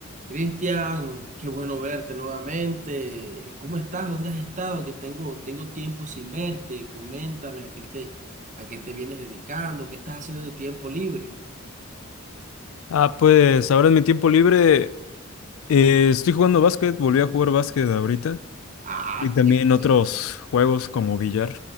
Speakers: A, on the right; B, on the left.
A: Cristian, qué bueno verte nuevamente. ¿Cómo estás? ¿Dónde has estado? Que tengo, tengo tiempo sin verte. Coméntame a qué te, a qué te vienes dedicando, qué estás haciendo de tu tiempo libre.
B: Ah, pues ahora en mi tiempo libre eh, estoy jugando básquet, volví a jugar básquet ahorita
A: Ah,
B: y también
A: qué
B: otros
A: bueno.
B: juegos como billar.